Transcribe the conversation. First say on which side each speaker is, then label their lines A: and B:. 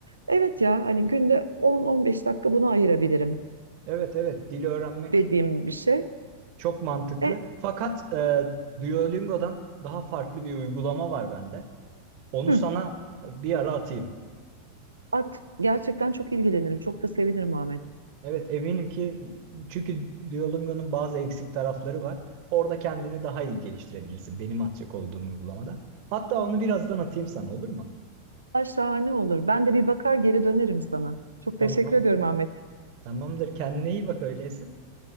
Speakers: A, on the right; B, on the right.
A: Evet ya hani günde 10-15 dakika buna ayırabilirim
B: Evet, evet, dili öğrenmek
A: dediğim bir şey.
B: çok mantıklı.
A: E,
B: Fakat e, Duolingo'dan daha farklı bir uygulama var bende. Onu
A: hı,
B: sana e, bir ara atayım.
A: at. Gerçekten çok ilgilenirim. Çok da sevinirim Ahmet.
B: Evet, eminim ki çünkü Duolingo'nun bazı eksik tarafları var. Orada kendini daha iyi geliştirebilirsin benim atacak olduğum uygulamada. Hatta onu birazdan atayım sana olur mu?
A: Aa Şahane olur. Ben de bir bakar geri dönerim sana. Çok
B: Tamam.
A: teşekkür ediyorum Ahmet.
B: Tamamdır. Kendine iyi bak öyleyse.